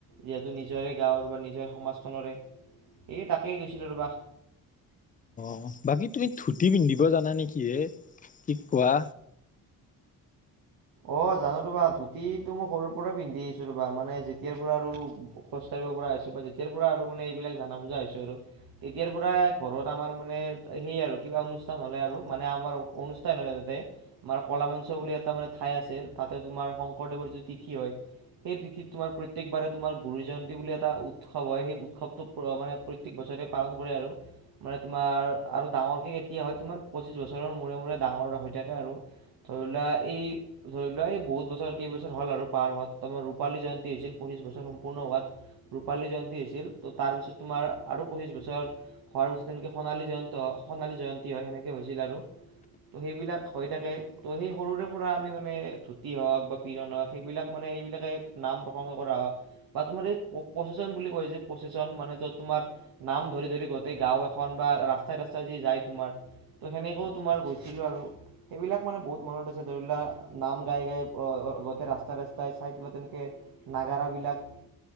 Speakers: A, on the right; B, on the left.
A: যিহেতু নিজৰে গাঁৱৰ বা নিজৰে সমাজখৰে এই তাকেই গৈছিলোঁ ৰ'বা
B: অঁ বাকী তুমি ধূতি পিন্ধিব জানা নেকি কি কোৱা
A: অ জানো ৰবা ধুতিটো মই সৰুৰ পৰাই পিন্ধি আহিছো ৰবা মানে যেতিয়াৰ পৰা আৰু খোজ কাঢ়িব পৰা হৈছোঁ বা যেতিয়াৰপৰা আৰু মানে এইবিলাক জানা বুজা হৈছোঁ আৰু। তেতিয়াৰপৰা ঘৰত আমাৰ মানে সেই আৰু কিবা অনুষ্ঠান হ'লে আৰু মানে আমাৰ অনুষ্ঠান হ'লে তাতে আমাৰ ক'লা মাঞ্চ বুলি এটা মানে ঠাই আছে তাতে তোমাৰ শংকৰদেৱৰ যিটো তিথি হয় সেই তিথিত তোমাৰ প্ৰত্যেকবাৰে তোমাৰ গুৰু জয়ন্তী বুলি এটা উৎসৱ হয় সেই উৎসৱটো মানে প্ৰত্যেক বছৰে পালন কৰে আৰু। মানে তোমাৰ আৰু ডাঙৰকৈ কেতিয়া হয়, তোমাৰ পঁচিছ বছৰৰ মূৰে মূৰে ডাঙৰ এটা হৈ থাকে আৰু ধৰি লোৱা এই ধৰি লোৱা এই বহুত বছৰ কেইবছৰ হ'ল আৰু পাৰ হোৱাত ত' আমাৰ ৰূপালী জয়ন্তী হৈছিল পঁচিছ বছৰ সম্পূৰ্ণ হোৱাত ৰূপালী জয়ন্তী হৈছিল ত' তাৰপিছত তোমাৰ আৰু পঁচিছ বছৰ হোৱাৰ পিছত তেনেকে সোণালী জয়ন্ত সোণালী জয়ন্তী হয় সেনেকে হৈছিল আৰু। ত' সেইবিলাক হৈ থাকে ত' সেই সৰুৰেপৰা আমি মানে ধুতি হওক বা পিৰন হওক সেইবিলাক মানে সেইবিলাকে নাম প্ৰসংগ কৰা হওক বা তোমাৰ এই প্ৰচচন বুলি কয় যে প্ৰচচন মানে ত' তোমাৰ নাম ধৰি ধৰি গোটেই গাঁও এখন বা ৰাস্তাই ৰাস্তাই যদি যায় তোমাৰ তো সেনেকৈও তোমাৰ গৈছিলোঁ আৰু সেইবিলাক মানে বহুত মনত আছে, ধৰি লোৱা নাম গাই গাই আ, আগতে ৰাস্তাই ৰাস্তাই চাইকেলত তেনেকে নাগাৰাবিলাক